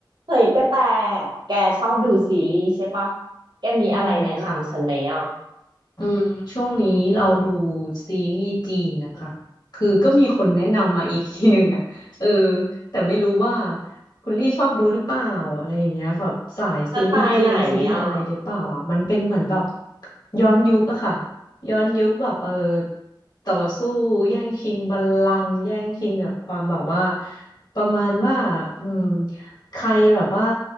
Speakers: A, on the right (about 65°); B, on the left (about 55°).
A: เฮ้ยกระแตแกชอบดูซีรีส์ใช่ปะแกมีอะไรแนะนำฉันไหมอ่ะ
B: ใช่ค่ะอืมช่วงนี้เราดูซีรีส์จีนนะคะคือก็มีคนแนะนำมาอีกทีหนึ่งอ่ะเออแต่ไม่รู้ว่าคุณลี่ชอบดูหรือเปล่าอะไรอย่างเงี้ยแบบสายซีรีส์จีนซีรีส์อะไรหรือเปล่าอ่ะมันเป็นเหมือนแบบ
A: สไตล์ไหนอ่ะ
B: ย้อนยุคอะค่ะ ย้อนยุคแบบเออต่อสู้แย่งชิงบัลลังก์แย่งชิงกับความแบบว่าประมาณว่าอืม ใครแบบว่า